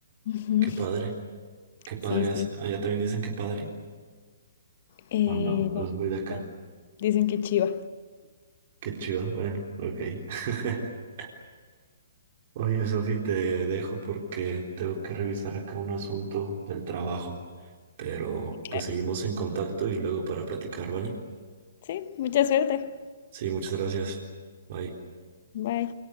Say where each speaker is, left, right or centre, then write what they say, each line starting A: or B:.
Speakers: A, on the left; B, on the right.
A: Ujú.
B: Qué padre, qué padre.
A: Sí, sí.
B: as- Allá también dicen que padre,
A: Eh,
B: o no,
A: no,
B: no es muy de acá.
A: no. Dicen que chiva.
B: Qué chido, bueno, ok. <laughs> Oye, Sofi, te dejo porque tengo que revisar acá un asunto del trabajo. Pero
A: Claro.
B: pues seguimos en contacto y luego para platicar, ¿vale?
A: Sí, mucha suerte.
B: Sí, muchas gracias. Bye.
A: Bye.